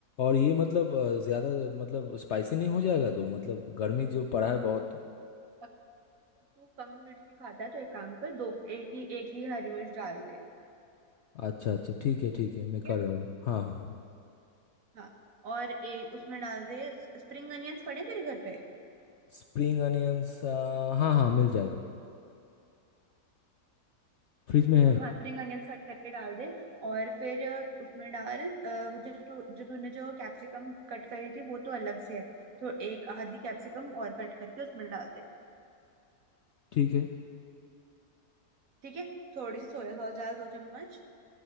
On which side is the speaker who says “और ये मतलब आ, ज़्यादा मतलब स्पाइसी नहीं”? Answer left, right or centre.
Left